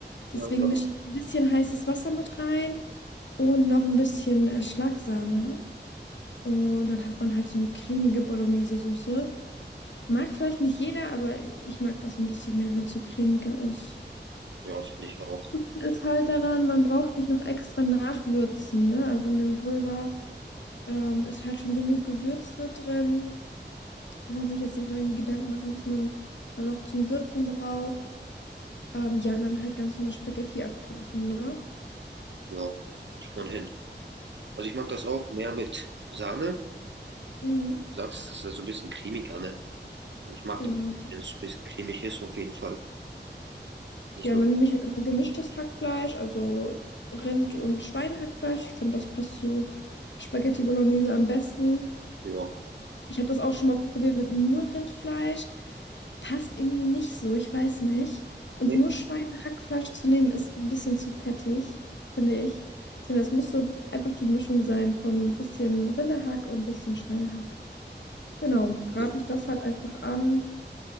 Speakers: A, on the right; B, on the left.
A: Ja,
B: Deswegen
A: ich auch.
B: mische ich ein bisschen heißes Wasser mit rein und noch ein bisschen äh, Schlagsahne. Und dann hat man halt so eine cremige Bolognese-Soße. Mag vielleicht nicht jeder, aber ich mag das ein bisschen mehr, wenn es so cremiger ist.
A: Ja, finde ich auch.
B: Ist halt daran, man braucht nicht noch extra nachwürzen, ne? Also in dem Pulver ähm, ist halt schon genug Gewürz mit drin. Braucht man sich jetzt nicht noch irgendwie Gedanken machen, was man da noch zum Würzen braucht. Ähm, ja, und dann halt ganz normal Spaghetti abkochen, ne?
A: Ja, kriegt man hin. Also ich mag das auch mehr mit Sahne.
B: Mhm,
A: Du sagst, es ist ja so ein bisschen cremiger, ne? Ich mag
B: genau.
A: das, wenn es ein bisschen cremig ist, auf jeden Fall. Nicht
B: Ja,
A: nur,
B: und dann nehme ich halt immer gemischtes Hackfleisch, also Rind- und Schweinehackfleisch. Ich finde, das passt zu Spaghetti Bolognese am besten.
A: ja.
B: Ich habe das auch schon mal probiert mit nur Rindfleisch. Passt irgendwie nicht so, ich weiß nicht. Und
A: Nee,
B: nur Schweinehackfleisch zu nehmen, ist ein bisschen zu fettig, finde ich. Deswegen, das muss so einfach die Mischung sein von ein bisschen Rinderhack und ein bisschen Schweinehack. Genau,
A: nee,
B: brate
A: das,
B: ich das halt einfach an.